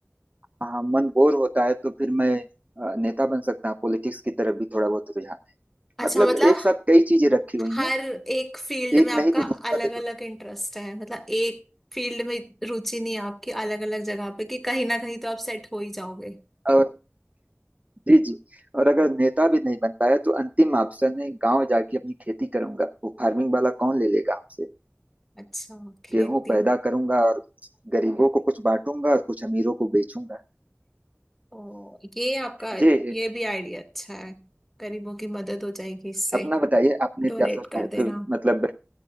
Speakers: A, on the right; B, in the centre.
A: हाँ, मन बोर होता है तो फिर मैं अ, नेता बन सकता हूँ पॉलिटिक्स की तरफ भी थोड़ा बहुत रुझान है।
B: अच्छा
A: मतलब
B: मतलब
A: एक साथ कई चीजें रखी हुई
B: हर
A: हैं
B: एक फील्ड
A: एक
B: में आपका
A: नहीं तो दूसरा
B: अलग
A: देखो
B: अलग इंटरेस्ट है मतलब एक फील्ड में रुचि नहीं है आपकी अलग अलग जगह पे कि कहीं ना कहीं तो आप सेट हो ही जाओगे
A: और जी जी और अगर नेता भी नहीं बन पाया तो अंतिम ऑप्शन है गांव जाके अपनी खेती करूंगा वो फार्मिंग वाला कौन ले लेगा हमसे
B: अच्छा खेती
A: गेहूं पैदा करूंगा और गरीबों को कुछ बांटूंगा और कुछ अमीरों को बेचूंगा
B: ओ ये आपका
A: जी
B: ये
A: जी,
B: भी आइडिया अच्छा है गरीबों की मदद हो जाएगी इससे
A: अपना बताइए आपने
B: डोनेट
A: क्या सोचा
B: कर
A: है
B: देना
A: तो मतलब